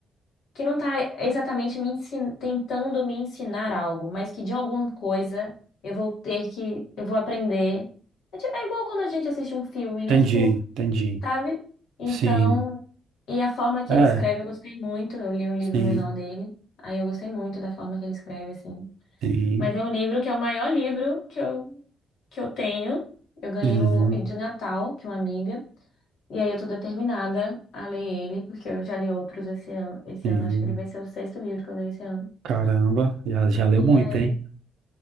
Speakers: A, on the left (about 80°); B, on the right (about 85°).
A: que não tá exatamente me ensin- tentando me ensinar algo, mas que de alguma coisa eu vou ter que, eu vou aprender. É, ti- é igual quando a gente assiste um filme,
B: entendi,
A: né? Tipo,
B: entendi.
A: sabe? Então,
B: Sim,
A: e a forma que
B: é,
A: ele escreve, eu gostei muito. Eu li um
B: sim,
A: livro menor dele, aí eu gostei muito da forma que ele escreve, assim.
B: sim,
A: Mas é um livro que é o maior livro que eu, que eu tenho. Eu ganhei
B: uhum,
A: no, de Natal de uma amiga. E aí eu tô determinada a ler ele, porque eu já li outros esse ano. Esse
B: sim.
A: ano, acho que ele vai ser o sexto livro que eu leio esse ano.
B: Caramba, já, já leu
A: E
B: muito,
A: aí?
B: hein?